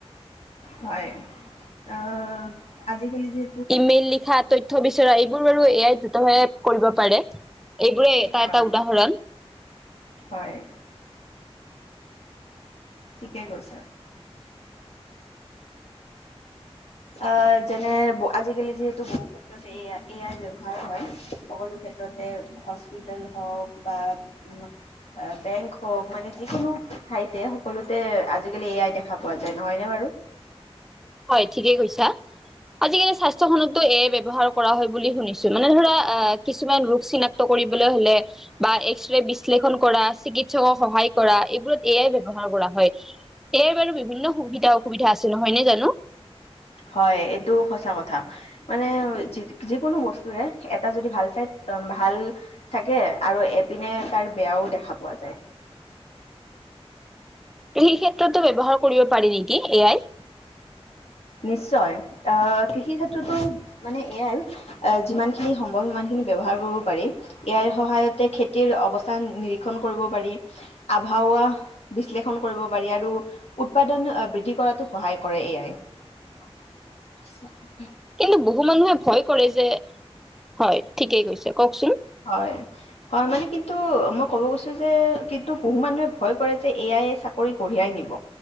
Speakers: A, on the left; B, in the centre.
A: হয়, আহ', আজি-কালি যে
B: ইমেইল লিখা তথ্য বিচৰা এইবোৰ বাৰু এয়াই দ্ৰুতভাৱে কৰিব পাৰে। এইবোৰে এটা
A: হয়,
B: এটা উদাহৰণ।
A: হয়। ঠিকেই কৈছে।
B: <inaudible>
A: আহ যেনে আজিকালি যিহেতু বহু ক্ষেততে এ য়া এ আই ব্যৱহাৰ হয় সকলো ক্ষেত্ৰতে হস্পিটেল হওক বা উম বেংক হওক মানে যিকোনো ঠাইতে হ সকলোতে আজিকালি এ আই দেখা পোৱা যায় নহয়নে বাৰু?
B: হয় ঠিকেই কৈছা। আজিকালি স্বাস্থ্য খনতো এ আই ৰ ব্যৱহাৰ কৰা হয় বুলি শুনিছো মানে ধৰা অ কিছুমান ৰোগ চিনাক্ত। কৰিবলৈ হলে বা এক্সেৰে বিশ্লেষণ কৰা চিকিৎসকৰ সহায় কৰা এইবোৰত এ আই ব্যৱহাৰ কৰা হয়। এ আই ৰ বাৰু বিভিন্ন সুবিধা অসুবিধা আছে নহয় নে জানোঁ।
A: হয় এইটো সঁচা কথা। মানে যিকোনো বস্তুৰে এটা যদি ভাল চাইড ভাল থাকে আৰু এপিনে তাৰ বেয়াও দেখা পোৱা যায়।
B: ত সেই ক্ষেত্ৰতো ব্যৱহাৰ কৰিব পাৰি নেকি এ আই।
A: নিশ্চয় আহ কৃষি ক্ষেত্ৰতো মানে এ আই আহ যিমান খিনি সম্ভৱ সিমান খিনি ব্যৱহাৰ কৰিব পাৰি। ইয়াৰ সহায়তে খেতিৰ অৱস্থা নিৰীক্ষণ কৰিব পাৰি আভাহোৱা বিশ্লেষণ কৰিব পাৰি আৰু উৎপাদন বৃদ্ধি কৰাতো সহায় কৰে এ আই। <unintelligible>
B: কিন্তু বহু মানুহে ভয় কৰে যে হয় ঠিকেই গৈছে কওঁকচোন।
A: হয়। হয় মানে কিন্তু মই ক'ব গৈছো যে কিন্তু বহু মানুহে ভয় কৰে যে এ আই ৱে চাকৰি কঢ়িয়াই নিব।